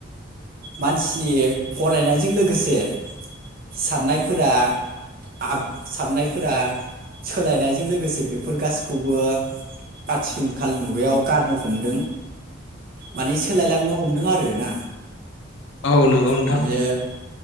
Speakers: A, on the right (about 50°); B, on the left (about 70°).
A: मानसिनि फरायनायजों लोगोसे साननायफोरा आब साबनायफोरा सोलायनायजों लोगोसे बेफोर गासिखौबो आथिखाल खालि मुगायाव गारनो हमदों माने सोलायलांनो हमदों आरोना।
B: औ नंगौ नोंथां।
A: बिदिनो